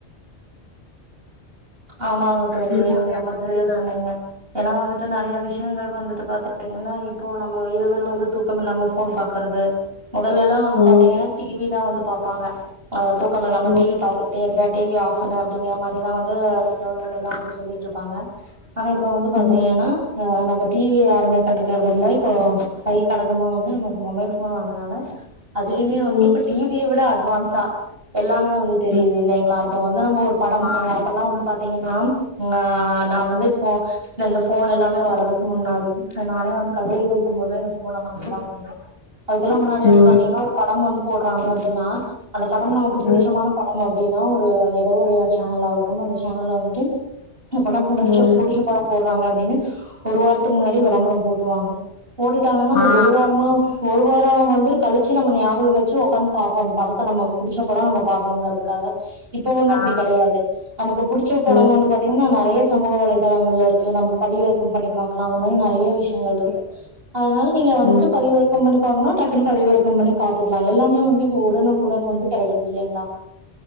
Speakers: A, on the right; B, on the left.
A: ஆமா தோலி
B: இந்த
A: நீங்க
B: மாதிரியான
A: ரொம்ப சரியா
B: சில
A: சொன்னீங்க ஏனா வந்து ட்ட நறைய விஷயங்கள் வந்துட்டு பாத்தே ஏனா இப்போ நம்ம இரவில் வந்து தூக்கம் இல்லாம ஃபோன் பாக்குறது மொதல்லலா வந்து
B: ம்
A: பாத்தீங்கனா டிவி தா வந்து பாப்பாங்க அ தூக்கம் இல்லாம
B: ம்
A: டிவி பாத்துக்கிட்டே இருக்க டிவி ஆஃப் அடிங்க மாரிதா <unintelligible> புத்தகங்கள் எல்லா வந்து சொல்லிட்டுருப்பாங்க ஆனா இப்ப வந்து பாத்தீங்கன்னா
B: ம்
A: ம் நம்ம டிவி யாருமே கண்டுக்கருதில்ல இப்போ கைக்கு அடக்கமா வந்து நமக்கு மொபைல் ஃபோன் வந்ததனால அதுலயுமே வந்து
B: ம்
A: இப்ப டிவிய விட அட்வான்ஸ் ச எல்லா இப்பயோ வந்து தெரியுதில்லைங்களா
B: ம்
A: இப்ப வந்து நம்ம ஒரு படம்
B: ஆ
A: அ அப்பா வந்து பாத்தீங்கனா அ நா வந்து இப்போ இந்த போன் எல்லாமே வறதுக்கு முன்னாடி நானே வந்து கல்லூரி படிக்கும்போதே <unintelligible> <unintelligible> அதுக்கெல்லா முன்னாடி வந்து
B: ம்
A: பாத்தீங்ன்னா ஒரு படம் வந்து போடுறாங்க அப்படின்னா அந்த படம் நமக்கு புடிச்சமான
B: ம்
A: படம் அத் பின்னா ஒரு ஏதோ ஒரு சேனல் ஆகட் கம்மா உங்க சேனல்ல வந்துட்டு எங்க படம் புடிச்ச
B: ம்
A: புடிச்ச படம் போட்றாங்க ங்க ஒரு வாரத்துக்கு முன்னாடி விளம்பரம்
B: ம்
A: போட்டுருவாங்க போட்டுட்டாங்கன்னா அந்த
B: ஆ
A: ஒரு வாரமா ஒரு வாரம் வந்து கழிச்சு நம்ம ஞாபக வெச்சு ஒக்காந்து பார்ப்போ அந்த படத்த நம்ம புடிச்ச படோ நம்ம பாணுங்கறிறதுக்காக இப்ப வந்து அப்படி
B: ஆ
A: கெடையாது நமக்கு புடிச்ச படம்
B: ம்
A: வந்து பாத்திங்ன்னா நெறயச் சமூக வலைதளங்கல்லருக்கு நம்ப பதிவிறக்கம் பண்ணி பாக்லா அந்த மாரி நெற் றைய விஷ்யங்கள் இருக்கு
B: ம்
A: அதனால நீங்க வந்துட்டு
B: ம்
A: பதிவிறக்கம் பண்ணி பாக்னுனா டக்குன்னு பதிவிறக்கம் பண்ணி பாத்துக்கலா எல்லாமே வந்து உடனுக்குடன் வந்து கேடைக்குது இல்லைங்ளா